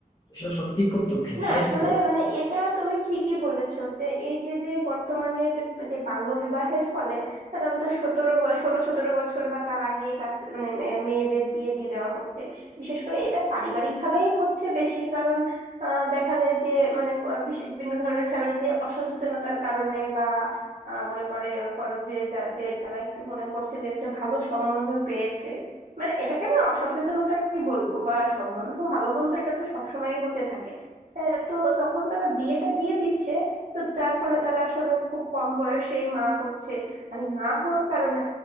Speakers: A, on the left; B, on the right.
A: তো সেটা সত্যি খুব দুঃখের
B: হ্যাঁ
A: তাই
B: আসলে
A: না বলো?
B: মানে এটা তুমি ঠিকই বলেছো যে এই যে যে বর্তমানে যে যে বাল্য বিবাহের ফলে সাধারণত সতেরো ষোলো সতেরো বছর বা তার আগেই বাচ্চা মানে মে- মেয়েদের বিয়ে দিয়ে দেওয়া হচ্ছে বিশেষ করে এটা পারিবারিক ভাবেই হচ্ছে বেশি কারণ আহ, দেখা যায় যে মানে ক- বিশ- বিভিন্ন ধরনের ফ্যামিলিতে অসচেতনতার কারণে বা আহ, মনে করে করো যে যাদের তারা একটু মনে করছে যে একটা ভালো সম্বন্ধ পেয়েছে মানে এটাকে আমি অসচেতনতাই বলবো বা সম্বন্ধ ভালো মন্দ এটা তো সবসময় হতে থাকে আহ, তো যখন তারা বিয়েটা দিয়ে দিচ্ছে তো যার ফলে তারা আসলে খুব কম বয়সেই মা হচ্ছে আর এই মা হওয়ার কারণে